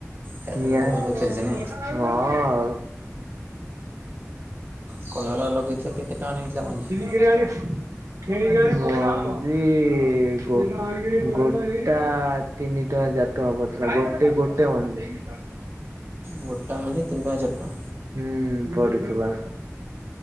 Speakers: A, on the right; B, on the right.
A: ଚାଷ
B: ନିଆଁ
A: ବାସ ଭଲ ଚାଲିଛି ନା
B: ହଁ ଆଉ
A: କଲରା ଲଗେଇଛ କେତେ ଟଙ୍କା ନେଇଥିଲା ମଞ୍ଜି।
B: ମଞ୍ଜି ଗୋଟା ତିନି ଟଙ୍କା ଚାରି ଟଙ୍କା ପଡ଼ିଥିଲା ଗୋଟେ ଗୋଟେ ମଞ୍ଜି। <inaudible>
A: ଗୋଟା ମଞ୍ଜି ତିନିଟଙ୍କା ଚାରିଟଙ୍କା।
B: ହୁଁ ପଡୁଥିଲା